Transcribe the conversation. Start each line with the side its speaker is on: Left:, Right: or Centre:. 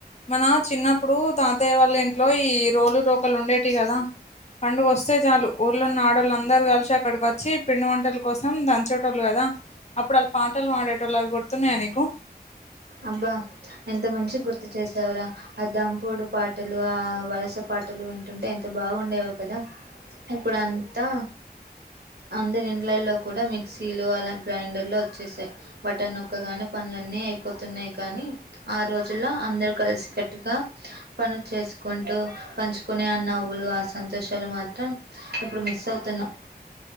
Left: మన చిన్నప్పుడు తాతయ్య వాళ్ళ ఇంట్లో ఈ రోలురోకలి ఉండేటివి కదా పండుగ వస్తే చాలు ఊళ్ళో ఉన్న ఆడోళ్ళ అందరు కలిసి అక్కడికి వచ్చి పిండి వంటల కోసం దంచేటోళ్ళు కదా అప్పుడు వాళ్ళ పాటలు మాడేటోలు అవి గుర్తున్నాయా నీకు
Right: అబ్బా ఎంత మంచిగా గుర్తు చేసావురా ఆ దంపడు పాటలు ఆ వలస పాటలు వింటుంటే ఎంత బాగుండేవో కదా ఇప్పుడంతా అంద ఇండ్లల్లో కూడా మిక్సీలు అలా గ్రైండర్లు వచ్చేసాయి బటన్ నొక్కగానే పనులన్నీ అయిపోతున్నాయి కానీ ఆ రోజుల్లో అందరు కలిసికట్టుగా పనులు చేసుకుంటూ పంచుకునే ఆ నవ్వులు ఆ సంతోషాలు మాత్రం ఇప్పుడు మిస్ అవుతున్నా